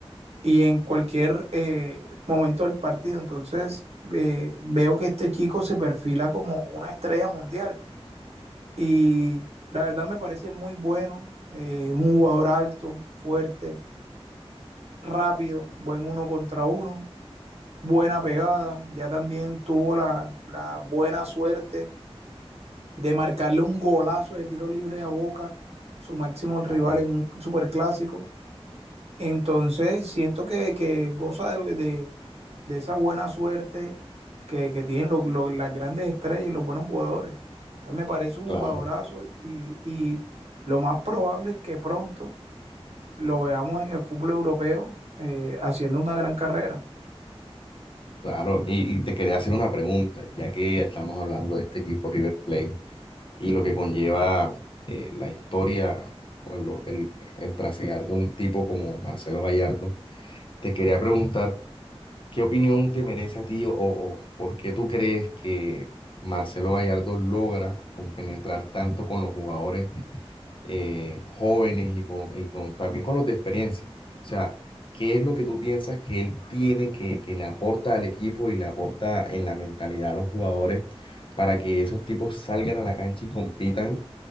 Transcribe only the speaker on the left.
Claro,
claro,
claro. Y, y te quería hacer una pregunta, ya que estamos hablando de este equipo River Plate y lo que conlleva eh, la historia o lo- el, el trasegar de un tipo como Marcelo Gallardo. Te quería preguntar ¿Qué opinión te merece a ti o, o por qué tú crees que Marcelo Gallardo logra compenetrar tanto con los jugadores eh, jóvenes y, con, y con- también con los de experiencia? O sea, ¿qué es lo que tú piensas que él tiene, que, que le aporta al equipo y le aporta en la mentalidad a los jugadores para que esos tipos salgan a la cancha y compitan